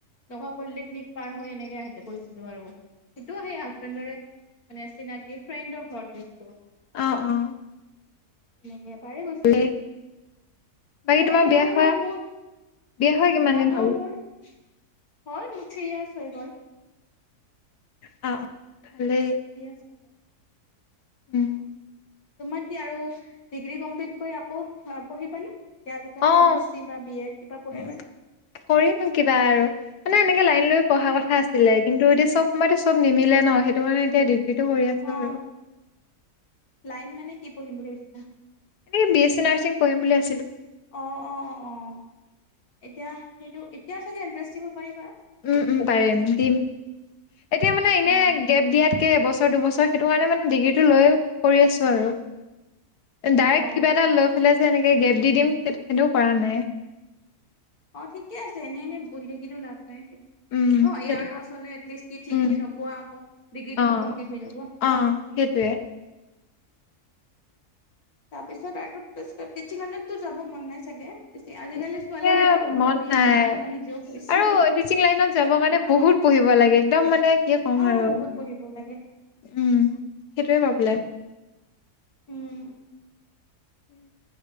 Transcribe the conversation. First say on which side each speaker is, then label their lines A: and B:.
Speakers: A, on the left; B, on the left.
A: নগা পলিটেকনিক পাৰ হৈ এনেকে আহ গৈছিলো আৰু। সেইটো সেই হাজবেণ্ডৰে মানে চিনাকি ফ্ৰেণ্ডৰ ঘৰত গৈছিলোঁ।
B: আহ, অ'।
A: এনেকে এবাৰেই গৈছো,
B: ভালেই বাকী
A: সেনেকে
B: তোমাৰ
A: সেনেকে
B: বিয়া হোৱা
A: মানে মোৰ
B: হোৱা কিমান
A: বিয়া
B: দিন
A: হোৱা
B: হ'ল
A: মোৰ হ'ল মোৰ থ্ৰী য়েৰৰ্চ হৈ গ'ল।
B: আ' অ'। ভালেই
A: থ্ৰী য়েৰৰ্চ হৈ গল।
B: উম,
A: তোমাৰ কি আৰু ডিগ্ৰী কমপ্লিট কৰি আকৌ পঢ়িবানে? এতিয়া আজিকালি
B: অ'
A: এম এছ চি বা বি এড কিবা পঢ়িবানে
B: কৰিম কিবা আৰু মানে এনে লাইন লৈ পঢ়া কথা আছিলে।
A: অ
B: কিন্তু এতিয়া চব সময়তো চব নিমিলে ন সেইটো কাৰণে এতিয়া ডি গ্ৰীটো কৰি আছো
A: অ
B: আৰু।
A: লাইন মানে কি পঢ়িম বুলি ভাবিছিলা?
B: এনেক বি এছ চি নাৰ্চিং পঢ়িম বুলি আ
A: অ' অ' অ' অ', এতিয়া সেইটো এতিয়াও চাগে এণ্ট্ৰেঞ্চ দিব পাৰিবা। নেকি
B: উম, উম পাৰিম, দিম। এতিয়া মানে, এনে
A: অ
B: গেপ দিয়াত এবছৰ দুবছৰ সেইটো কাৰণে মানে ডিগ্ৰীটো লৈ কৰি আছো আৰু ডাইৰেক্ট
A: অ
B: কিবা এটা লৈ পেলাই যে এনেকে গেপ দি দিম সেইটোও কৰা নাই
A: অ ঠিকে আছে এনে এনেই বহি থাকিো লাভ নাই কিবা
B: উম,
A: অ ইয়াৰ
B: সেইটো
A: লছ হলে এটলিষ্ট কি ঠিক
B: উম,
A: যদি নোপোৱা আকৌ ডিগ্ৰীটোতো
B: অ',
A: কমপ্লিট হৈ যাব
B: অ', সেইটোৱে
A: তাৰপিছত আৰু পিঠানততো যাব মন নাই চাগে আজিকালি
B: তেনে
A: ছোৱালীবোৰে আকৌ
B: মন
A: বি
B: নাই
A: এডে কৰে মই নিজেও কৰিছো
B: আৰু টিচিং লাইনত যাব কাৰণে বহুত পঢ়িব লাগে একদম মানে কি ক'ম
A: অ
B: আৰু
A: বহুত
B: উম
A: পঢ়িব লাগে
B: সেইটোৱে প্ৰব্লেম
A: উম
B: উম